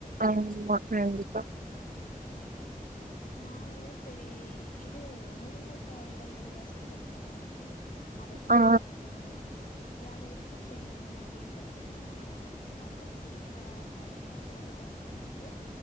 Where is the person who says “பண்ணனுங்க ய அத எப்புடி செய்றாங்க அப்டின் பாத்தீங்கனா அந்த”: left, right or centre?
Left